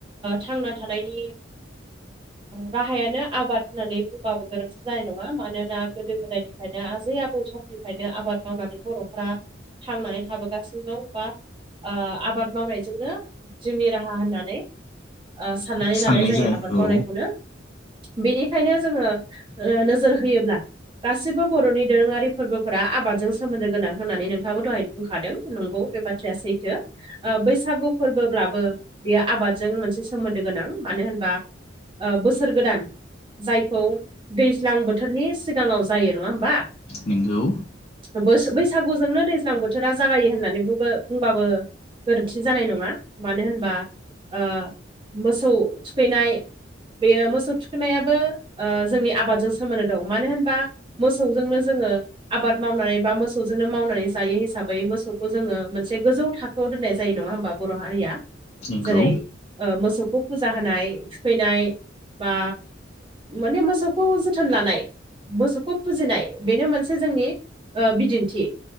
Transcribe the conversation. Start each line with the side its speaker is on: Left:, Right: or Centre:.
Right: थांना थानायनि राहायानो आबाद होननानै बुंबाबो गोरोन्थि जानाय नङा मानोना गोदो गोदायनिफ्रायनो आजै आबौ समनिफ्रायनो आबाद मावनानै बर'फ्रा थांनानै थाबोगासिनो दं बा आबाद मावनायजोंनो जोंनि राहा होननानै साननानै
Left: साननाय
Right: लानाय जायो
Left: जाय
Right: आबाद
Left: औ
Right: मावनायखौनो बेनिखायनो जोङो नोजोर होयोब्ला गासिबो बर'नि दोरोङारि फोरबोफोरा आबादजों सोमोन्दो गोनां होननानै नोंथाङाबो दहाय बुंखादों नंगौ बे बाथ्राया सैथो बैसागु फोरबोब्लाबो बेयो आबादजों मोनसे सोमोन्दो गोनां मानो होनबा बोसोर गोदान जायखौ दैज्लां बोथोरनि सिगाङाव जायो नङा होमबा
Left: नोंगौ
Right: ब बैसागुजोंनो दैज्लां बोथोरा जागायो होननानै बुंबाबो। गोरोन्थि जानाय नङा मानो होनबा ओ मोसौ थुखैनाय बेयो मोसौ थुखोननायाबो जोंनि आबादजों सोमोनदो दं मानो होनबा मोसौजोंनो जोङो आबाद मावनानै बा मोसौजोंनो मावनानै जायो हिसाबै मोसौखौ जोङो मोनसे गोजौ थाखो खौ दोननाय जायो नङा होमबा बर' हारिया
Left: नोंगौ
Right: जेरै ओ मोसौखौ फुजा होनाय थुखैनाय बा माने मोसौ मोस खौ जोथोन लानाय मोसौखौ फुजिनाय बेनो मोनसे जोंनि बिदिन्थि